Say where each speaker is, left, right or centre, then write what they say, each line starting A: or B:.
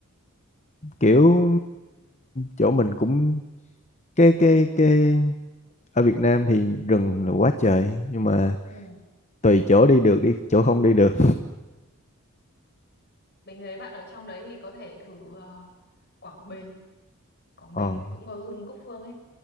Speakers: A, on the left (about 30°); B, on the left (about 45°).
A: Kiểu chỗ mình cũng cái cái cái ở Việt Nam thì rừng là quá trời nhưng mà
B: ừ.
A: tùy chỗ đi được đi chỗ không đi được.
B: mình thấy bạn ở trong đấy thì có thể thử ờ, Quảng Bình Quảng
A: Ờ,
B: Bình cũng có rừng Cúc Phương ấy